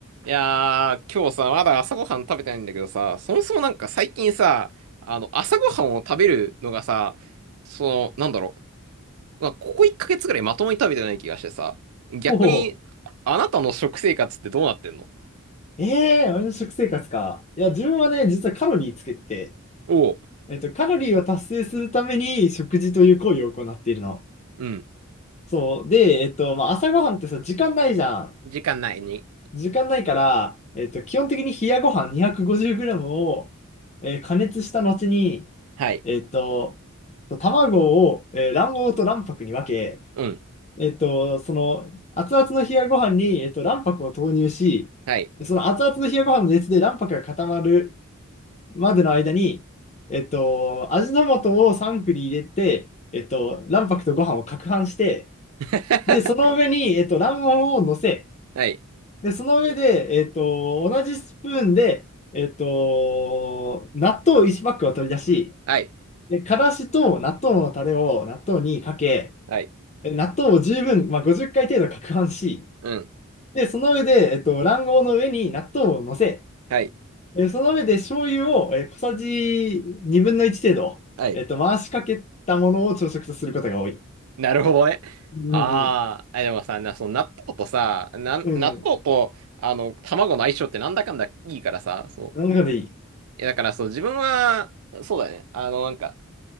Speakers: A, on the right; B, on the left.
A: いやー、今日さ、まだ朝ごはん食べてないんだけどさ、そもそもなんか最近さ、あの、朝ごはんを食べるのがさ、その、なんだろう、まあ、ここ1ヶ月ぐらいまともに食べてない気がしてさ、逆に、
B: おお、
A: あなたの食生活ってどうなってんの
B: ええー、俺の食生活か。いや、自分はね、実はカロリーつけてて、
A: おう、
B: えっと、カロリーを達成するために食事という行為を行っているの。
A: うん、
B: そう。で、えっと、まあ、朝ごはんってさ、時間ないじゃん。
A: 時間ないに。
B: 時間ないから、えっと、基本的に冷やご飯 250g を、えー加熱した後に、
A: はい、
B: えっと、卵を、えー卵黄と卵白に分け、
A: うん、
B: えっと、その熱々の冷やご飯に、えっと、卵白を投入し、
A: はい。
B: その熱々の冷やご飯の熱で卵白が固まるまでの間に、えっと、味の素をサンクに入れて、えっと、卵白とご飯を攪拌して、
A: <laughs>
B: で、その上に、えっと、卵黄を乗せ、
A: はい、
B: で、その上で、えっと、同じスプーンで、えっと、納豆1パックを取り出し、
A: はい、
B: で、からしと納豆のタレを納豆にかけ、
A: はい、
B: で納豆を十分、まあ、50回程度攪拌し、
A: うん、
B: で、その上で、えっと、卵黄の上に納豆を乗せ、
A: はい、
B: えーその上で醤油を、えー小さじ2分の1程度、
A: はい。
B: えっと、回しかけたものを朝食とすることが多い。
A: なるほどね。
B: うんうん。
A: ああ、でもさ、な、その納豆とさ、なん、
B: うんうん。
A: 納豆と、あの、卵の相性ってなんだかんだいいからさ、そう。
B: なるほどいい。
A: え、だからそう、自分は、そうだね。あの、なんか、